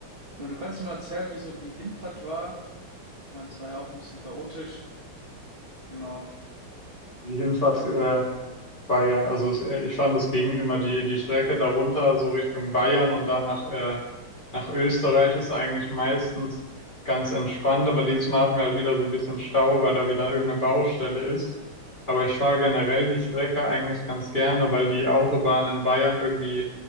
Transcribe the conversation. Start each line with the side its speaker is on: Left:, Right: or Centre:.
Right: Ich meine, du kannst mir mal erzählen, wie so die Hinfahrt war. Ich meine, es war ja auch ein bisschen chaotisch. Genau.
Left: Die Hinfahrt, äh, war ja, also es, äh, ich fand, es ging immer die, die Strecke darunter, so Richtung Bayern und dann nach, äh, Nach Österreich ist eigentlich meistens ganz entspannt, aber dieses Mal hatten wir halt wieder so ein bisschen Stau, weil da wieder irgendeine Baustelle ist. Aber ich fahre generell die Strecke eigentlich ganz gerne, weil die Autobahnen in Bayern irgendwie